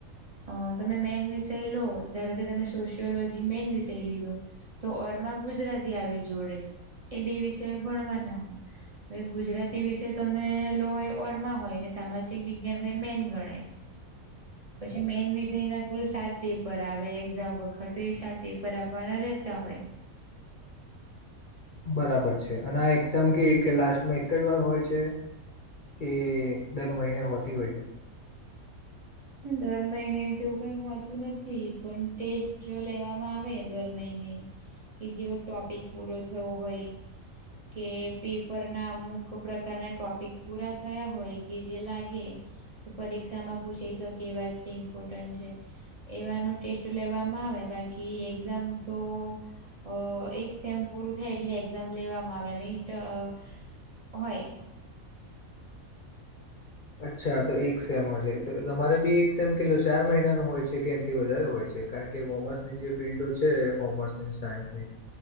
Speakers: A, on the right; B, on the left.
A: અ તમે મેન વિષય લો ધારો કે તમે સોશિયોલોજી મેન વિષય લીધો. તો ઓરમાં ગુજરાતી આવે જોડે એ બે વિષયો ભણવાના હોય. હવે ગુજરાતી વિષય તમે લો એ ઓરમા હોય ને સામાજિક વિજ્ઞાન હોય મેન ગણાય. પછી મેન વિષયના કુલ સાત પેપર આવે એક્ઝામ વખતે એ સાત પેપર આપવાના રહેતા હોય.
B: બરાબર છે અને આ એક્ઝામ કેવી કે લાસ્ટમાં એક જ વાર હોય છે. કે દર મહિને હોતી હોય છે.
A: દર મહિને તેવું કઈ હોતું નથી પણ ટેસ્ટ જો લેવામાં આવે દર મહિને કે જેવો ટોપિક પૂરો થયો હોય કે પેપર ના અમુક પ્રકારના ટોપિક પૂરા થયા હોય કે જે લાગે કે પરીક્ષા માં પૂછી શકે એવા છે ઇમ્પોર્ટન્ટ છે એવાનું ટેસ્ટ લેવામાં આવે બા કી એક્ઝામ તો અ એક સેમ પૂરું થાય એટલે એક્ઝામ લેવામાં આવે <unintelligible> હોય. <inaudible>
B: અચ્છા તો એક સેમ હોય છે તો તમારે બી એક સેમ કટલો ચાર મહિના નો હોય છે કે એનથી વધારે હોય છે. કારણ કે કોમર્સની જે ફિલ્ડો છે કોમર્સની ને સાયન્સની